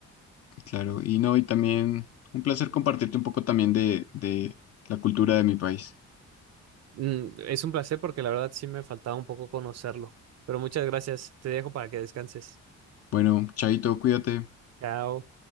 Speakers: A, on the left; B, on the right.
A: Claro, y no, y también un placer compartirte un poco también de, de la cultura de mi país.
B: Mm, es un placer porque la verdad sí me faltaba un poco conocerlo. Pero muchas gracias. Te dejo para que descanses.
A: Bueno, Chaito, cuídate.
B: Chao.